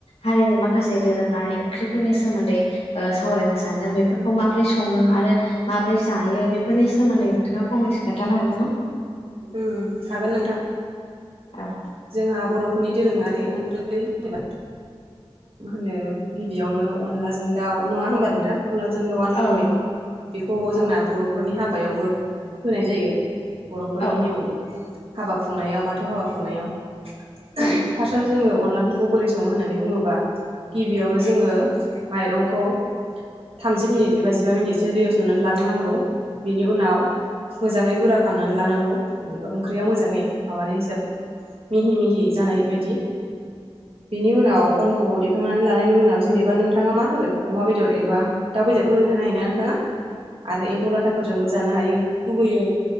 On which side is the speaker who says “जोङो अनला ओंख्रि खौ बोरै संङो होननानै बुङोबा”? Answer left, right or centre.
Right